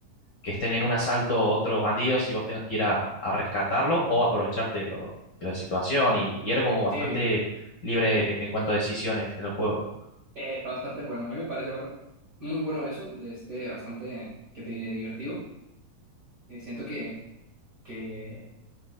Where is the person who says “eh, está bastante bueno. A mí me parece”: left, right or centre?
Right